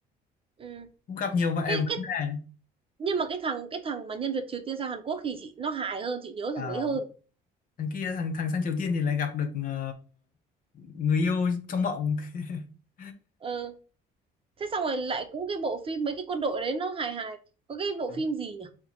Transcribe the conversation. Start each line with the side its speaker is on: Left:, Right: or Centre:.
Right: ừ.
Left: cũng gặp nhiều vậy
Right: cái
Left: vấn
Right: cái
Left: đề
Right: nhưng mà cái thằng cái thằng mà nhân vật Triều Tiên sang Hàn Quốc thì chị nó hài hơn chị nhớ
Left: à,
Right: thằng đấy hơn
Left: thằng kia thằng thằng sang Triều Tiên thì lại gặp được ờ, người yêu trong mộng <laughs>
Right: ờ thế xong rồi lại cũng cái bộ phim mấy cái quân đội đấy nó hài hài có cái bộ
Left: À,
Right: phim gì nhỉ?